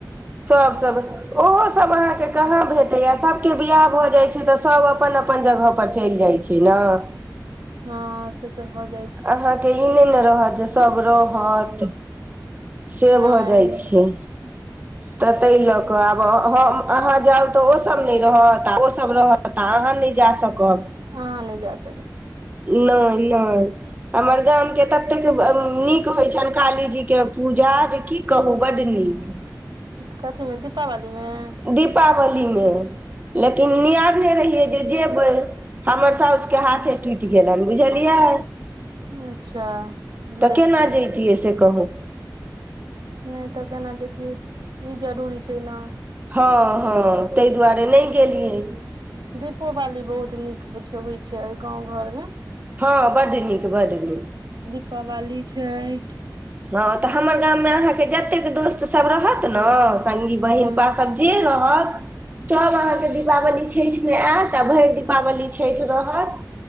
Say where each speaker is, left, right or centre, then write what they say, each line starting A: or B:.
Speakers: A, on the right (about 25°); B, on the right (about 80°).
A: सब सब ओहो सब अहाँके कहाँ भेटैया सभके बियाह भऽ जाइ छै तऽ सभ अपन अपन जगह पर चलि जाइत छै <unintelligible>
B: हँ से तऽ भऽ जाइ छै
A: अहाँके ई नहि ने रहत जे सभ रहत से
B: नहि
A: भऽ जाइत छै त ताहि ल क आब अहाँ जाउ त ओसभ नहि रहत आ ओसभ रहत त अहाँ नै जा सकब
B: ह नै जा सकब
A: नहि नहि हमर गामके ततेक नीक होइ छनि कालीजीके पूजा जे की कहू बड नीक
B: कथी में दीपावली में
A: दीपावलीमे लेकिन निआरने रहियै जे जेबै हमर साउस के हाथे टुटि गेलन बुझलियै
B: अच्छा
A: तऽ
B: लै
A: <unintelligible> से कहूँ
B: नहि त केना जेतियै ई जरूरी छै न
A: हँ हँ ताहि दुआरे नहि गेलियै
B: दीपोवली बहुत नीक बुझुबैमइ छै ओई गाँंव घर मे
A: हँं बड नीक बड नीक
B: दीपावली छैठ
A: हँ तऽ हमर गाममे अहाँके जतेक दोस्त सभ रहत न संगी बहिन
B: हँ
A: पा सभ जे रहत सभ अहाँके दीपावली छठिमे आयत आ भरि दीपावली छठि रहत